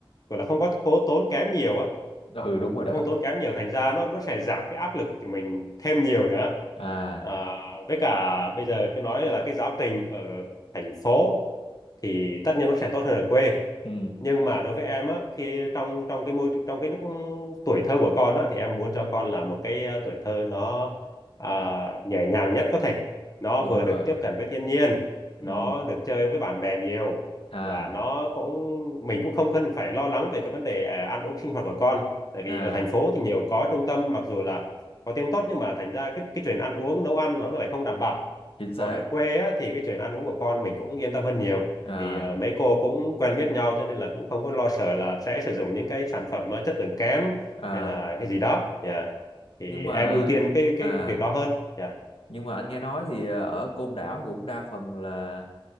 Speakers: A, on the left (about 40°); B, on the left (about 75°).
A: gọi là không có cố tốn kém nhiều á
B: ừ đúng rồi đó
A: không tốn kém nhiều thành ra nó nó sẽ giảm cái áp lực của mình thêm nhiều nữa
B: à
A: à, với cả bây giờ cái nói là cái giáo trình ở thành phố thì tất nhiên nó sẽ tốt hơn ở quê
B: ừ
A: nhưng mà đối với em á khi trong trong cái môi trong cái lúc tuổi thơ của con á thì em muốn cho con là một cái ờ, tuổi thơ nó à, nhẹ nhàng nhất có thể nó
B: đúng
A: vừa
B: rồi
A: được tiếp cận với thiên nhiên
B: ừ
A: nó được chơi với bạn bè nhiều
B: à
A: và nó cũng mình cũng không cần phải lo lắng về cái vấn đề à, ăn uống sinh hoạt của con tại vì
B: à
A: ở thành phố thì nhiều có trung tâm mặc dù là có tiếng tốt nhưng mà thành ra cái cái chuyện ăn uống nấu ăn nó lại không đảm bảo
B: chính xác
A: còn ở quê á, thì cái chuyện ăn uống của con mình cũng yên tâm hơn nhiều
B: à
A: tại vì à, mấy cô cũng quen biết nhau cho nên là cũng không có lo sợ là sẽ sử dụng những cái sản phẩm à, chất lượng kém
B: à
A: hay là cái gì đó dạ thì
B: nhưng mà
A: em ưu tiên cái
B: à
A: cái, cái việc đó hơn dạ
B: nhưng mà anh nghe nói thì ờ, ở Côn Đảo cũng đa phần là